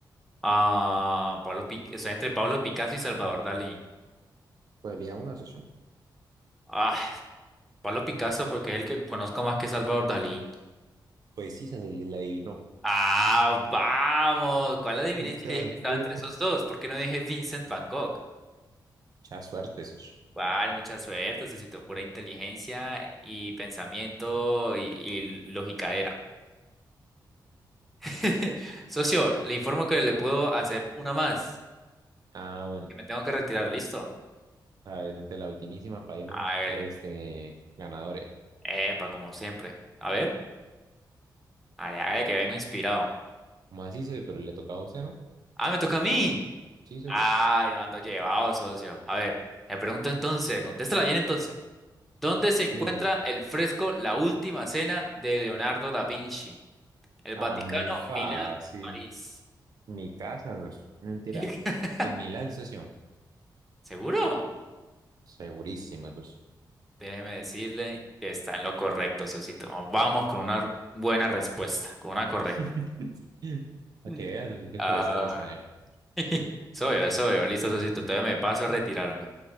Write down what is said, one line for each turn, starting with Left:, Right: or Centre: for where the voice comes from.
Centre: Ah, Pablo Picasso, estoy entre Pablo Picasso y Salvador Dalí.
Right: ¿Podría uno, socio?
Centre: Ah, Pablo Picasso porque es el que conozco más que Salvador Dalí.
Right: Pues sí, socio, la adivinó.
Centre: Ah, vamos. ¿Cuál adiviné
Right: Muchas
Centre: si le dije que estaba
Right: veces.
Centre: entre esos dos? ¿Por qué no dije Vincent Van Gogh?
Right: Mucha suerte, socio.
Centre: Vale, mucha suerte, necesito pura inteligencia y pensamiento y, y lógica era. <laughs> Socio, le informo que le puedo hacer una más,
Right: Ah, bueno,
Centre: que me tengo que retirar, ¿listo?
Right: a ver, gente, la ultimísima para irnos,
Centre: Hágale.
Right: este, ganadores.
Centre: Epa, como siempre. A ver, hágale, hágale que vengo inspirado.
Right: Como así, socio? Pero le tocaba a usted, ¿no?
Centre: Ah, me toca a mí.
Right: Sí, socio.
Centre: Ay, no ando llevado, socio. A ver, me pregunto entonces, contéstala bien entonces. ¿Dónde se encuentra
Right: Sí, socio.
Centre: el fresco La Última Cena de Leonardo da Vinci? El
Right: Ah,
Centre: Vaticano,
Right: muy fácil.
Centre: Milán, París.
Right: Mi casa, socio. No, Mentira.
Centre: <laughs>
Right: En Milán, socio.
Centre: ¿Seguro?
Right: Segurísima, socio.
Centre: Déjeme decirle que está en lo correcto, socito. Vamos con una buena respuesta, con una correcta.
Right: <laughs> Para
Centre: Mm.
Right: que veas, socio, que
Centre: Ah,
Right: el que le sale, sabe.
Centre: <laughs> soy yo, soy yo. Listo, socito. Entonces me paso a retirarme.